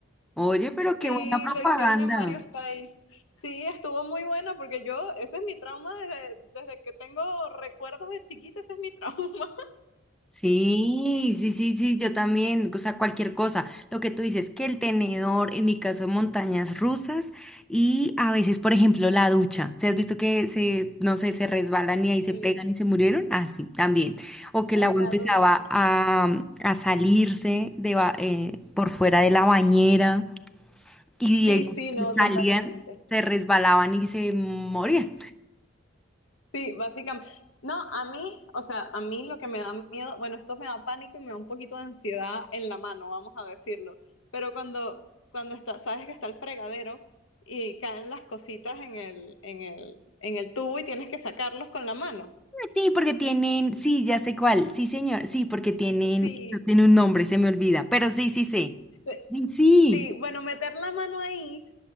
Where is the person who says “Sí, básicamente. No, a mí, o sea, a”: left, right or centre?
Left